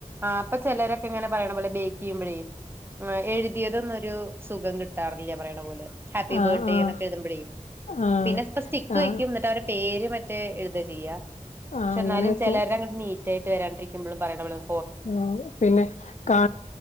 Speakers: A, on the right; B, on the left.
A: ആഹ്. ഇപ്പൊ ചിലരൊക്കെ ഇങ്ങനെ പറയണ പോലെ ബേക്കയ്യുമ്പഴേ ആഹ് എഴുതിയതൊന്നും ഒരു സുഖം കിട്ടാറില്ല പറയണ പോലെ. ഹാപ്പി
B: ആഹ്
A: ബർഡേ
B: ആഹ്
A: എന്നൊക്കെ എഴുതു മ്പഴേ
B: ആഹ്
A: പിന്നെപ്പ സ്റ്റിക്ക്
B: ആഹ്
A: വെക്കും ഇന്നട്ട് അവരെ പേര് മറ്റേ എഴുതാ ചെയ്യാ പക്ഷെ
B: ആഹ് അങ്ങനെക്കും
A: ഇന്നാലും ചെലരൊ അങ്ങട്ട് നീറ്റായിട്ട് വരാണ്ടിരി ക്കുമ്പളും പറി ന്നവളും
B: ആഹ് പിന്നെ കാ